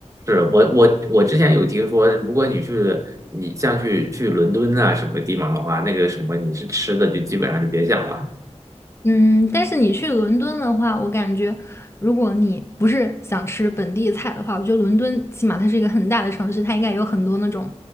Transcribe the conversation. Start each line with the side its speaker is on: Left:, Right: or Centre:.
Right: 是我我我之前有听说，如果你去你像去去伦敦啊什么地方的话，那个什么你是吃的就基本上就别想了。
Left: 嗯，但是你去伦敦的话，我感觉如果你不是想吃本地菜的话，我觉得伦敦起码它是一个很大的城市，它应该有很多那种